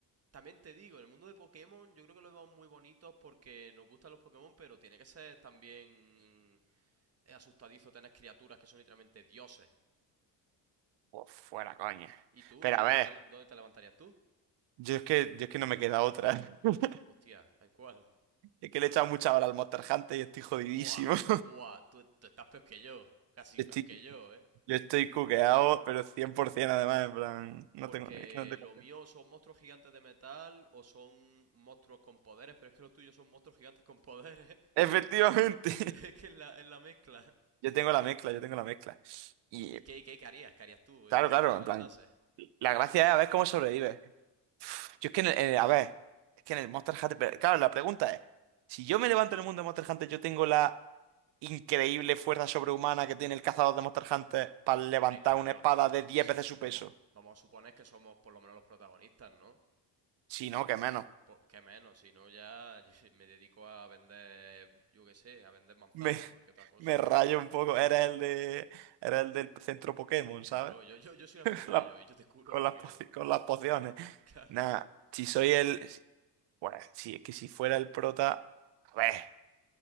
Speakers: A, on the right; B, on the right.
A: también te digo, en el mundo de Pokémon yo creo que lo vemos muy bonitos porque nos gustan los Pokémon, pero tiene que ser también mm, asustadizo tener criaturas que son literalmente dioses.
B: Pues fuera, coña.
A: ¿Y tú?
B: Pero
A: ¿Y tú
B: a
A: dónde
B: ver,
A: te, dónde te levantarías tú?
B: yo es que, yo es que no me queda otra. <laughs>
A: Hostia, ¿en cuál?
B: Es que le he echado mucha hora al Monster Hunter y estoy jodidísimo.
A: Buah,
B: <laughs>
A: buah, tú, tú estás peor que yo. Casi
B: Yo
A: peor
B: estoy,
A: que yo, ¿eh?
B: yo estoy cuqueado, pero 100% además, en plan, no
A: Porque
B: tengo, es que no tengo...
A: lo mío son monstruos gigantes de metal o son monstruos con poderes, pero es que los tuyos son monstruos gigantes con poderes. <laughs>
B: Efectivamente,
A: Es que es la, es la mezcla.
B: <laughs> yo tengo la mezcla, yo tengo la mezcla. Y
A: ¿Y qué, qué, qué harías? ¿Qué harías tú
B: claro,
A: eh, si
B: claro,
A: te levantases?
B: en plan, la gracia es a ver cómo sobrevives. Yo es que, en el- eh, a ver, es que en el Monster Hunter, pero claro, la pregunta es, si yo me levanto en el mundo de Monster Hunter, yo tengo la increíble fuerza sobrehumana que tiene el cazador de Monster Hunter para levantar
A: Hombre, claro,
B: una espada
A: am-
B: de 10
A: sí,
B: veces su
A: vamos,
B: peso.
A: vamos a suponer que somos por lo menos los protagonistas, ¿no?
B: Si no, que menos.
A: Pues qué menos, si no ya <laughs> me dedico a vender, yo qué sé, a vender manzanas,
B: Me,
A: porque otra cosa.
B: me rayo un poco. Era el de, era el del centro Pokémon,
A: Claro,
B: ¿sabes?
A: yo, yo, yo soy la enfermera
B: <laughs> La-
A: yo y yo te curo
B: con
A: los Pokémon.
B: las, poci- con
A: <laughs>
B: las pociones.
A: Claro.
B: Nada, si soy el. Bueno, si es que si fuera el prota. A ver,